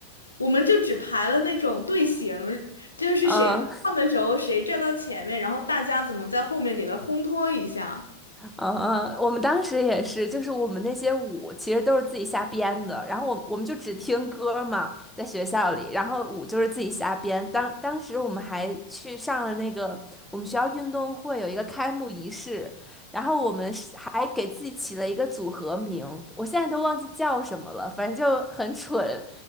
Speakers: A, on the left; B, in the centre.
A: 我们就只排了那种队形儿就是谁唱的时候谁站到前面，
B: 嗯，
A: 然后大家怎么在后面给他烘托一下。
B: 嗯，我们当时也是，就是我们那些舞其实都是自己瞎编的，然后我我们就只听歌嘛，在学校里，然后舞就是自己瞎编。当当时我们还去上了那个我们学校运动会有一个开幕仪式，然后我们是还给自己起了一个组合名，我现在都忘记叫什么了，反正就很蠢。